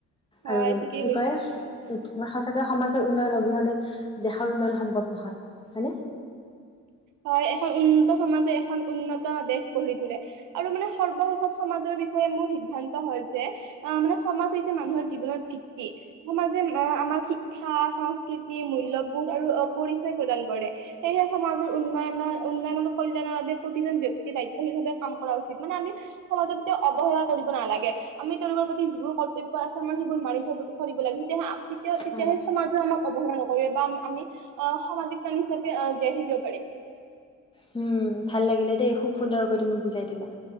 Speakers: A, on the right (about 85°); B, on the left (about 15°).
A: হয়
B: আৰু
A: ঠিকেই
B: কি
A: কৈছা।
B: কয় আমাৰ সঁচাকৈ সমাজৰ উন্নয়ন অবিহনে দেশৰ উন্নয়ন সম্ভৱ নহয়, হয়নে?
A: হয়, এখন উন্নত সমাজে এখন উন্নত দেশ গঢ়ি তোলে আৰু মানে সৰ্বশেষত সমাজৰ বিষয়ে মোৰ সিদ্ধান্ত হ'ল যে, আ, মানে সমাজ হৈছে মানুহৰ জীৱনত ভিত্তি সমাজে আ, আমাক শিক্ষা, সংস্কৃতি, মূল্যবোধ আৰু পৰিচয় প্ৰদান কৰে। সেয়েহে সমাজৰ উন্নয়নৰ, উন্নয়ন আৰু কল্যাণৰ বাবে প্ৰতিজন ব্যক্তি দায়িত্বশীলভাৱে কাম কৰা উচিত মানে আমি সমাজক এতিয়া অৱহেলা কৰিব নালাগে আমি তেওঁলোকৰ প্ৰতি যিবোৰ কৰ্তব্য আছে আমাৰ সেইবোৰ মানি চ-চলিব লাগে তেতিয়াহে আ তেতি-তেতিয়াহে
B: হয় হয়।
A: সমাজে আমাক অৱহেলা নকৰে বা আমি আ, সামাজিক প্ৰাণী হিচাপ আ, জীয়াই থাকিব পাৰিম।
B: হম, ভাল লাগিলে দেই খুব সুন্দৰকৈ তুমি বুজাই দিলা।